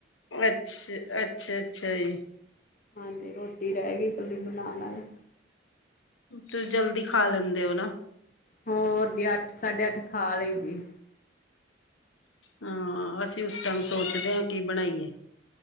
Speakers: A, on the left; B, on the left.
A: ਅੱਛਾ, ਅੱਛਾ -ਅੱਛਾ ਜੀ।
B: ਹਾਂਜੀ, ਰੋਟੀ ਰੈਹ ਗਈ ਕੱਲੀ ਬਨਾਨ ਆਲੀ।
A: ਤੁਸ ਜਲਦੀ ਖਾ ਲੈਂਦੇ ਓ ਨਾ
B: ਹੋਰ ਜੀ, ਅੱਠ ਸਾਢੇ -ਅੱਠ ਖਾ ਲਈ ਦੀ।
A: ਹਾਂ, ਅਸੀਂ ਉਸ ਟਾਈਮ ਸੋਚਦੇ ਆਂ ਕੀ ਬਨਾਈਏ?